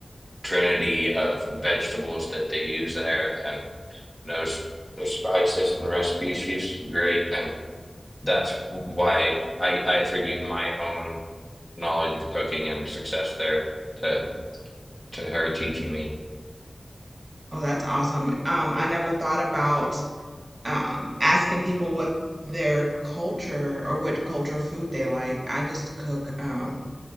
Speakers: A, on the left (about 15°); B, on the right (about 35°).
A: trinity of vegetables that they use there and knows the spices and recipes. She's great. And that's why I, I attribute my own knowledge of cooking and success there to to her teaching me.
B: oh, that's awesome. Um, I never thought about um asking people what their culture or which culture food they like. I just cook. Um,